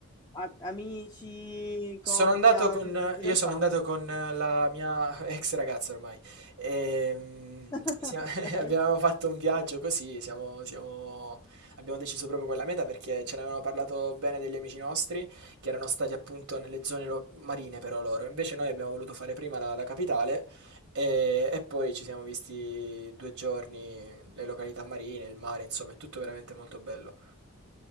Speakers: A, on the left; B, on the right.
A: a- amici, coppia,
B: Sono andato con,
A: così, che giro
B: io
A: hai
B: sono
A: fatto?
B: andato con la mia <laughs> ex ragazza ormai. Ehm,
A: <laughs>
B: sia- <laughs>
A: Ok.
B: abbiamo fatto un viaggio così, siamo, siamo- abbiamo deciso proprio quella meta perché ce ne avevano parlato bene degli amici nostri che erano stati appunto nelle zone lo- marine però loro. Invece noi abbiamo voluto fare prima la, la capitale e, e poi ci siamo visti due giorni, le località marine, il mare, insomma, è tutto veramente molto bello.